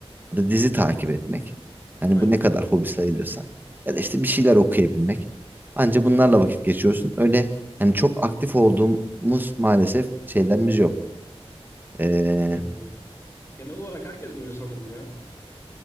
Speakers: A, on the right; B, on the left.
A: ya da dizi takip etmek. Hani
B: Aynen.
A: bu ne kadar hobi sayılıyorsa. Ya da işte bir şeyler okuyabilmek. Anca bunlarla vakit geçiyorsun. Öyle hani çok aktif olduğumuz maalesef şeylerimiz yok. Ee,
B: Evet evet. Genel olarak herkes böyle sanırım ya.